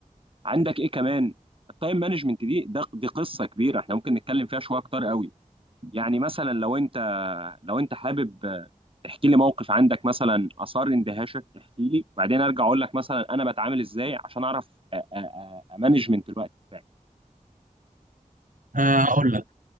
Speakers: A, on the right (about 40°); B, on the right (about 75°).
A: عندك ايه كمان التايم مانجمنت دي ده دي قصه كبيره احنا ممكن نتكلم فيها شويه اكتر قوي يعني مثلا لو انت لو انت حابب آه، تحكي لي موقف عندك مثلا اثار اندهاشك احكي لي وبعدين ارجع اقول لك مثلا انا بتعامل ازاي عشان اعرف امانجمنت الوقت بتاعي
B: آه، أقول لك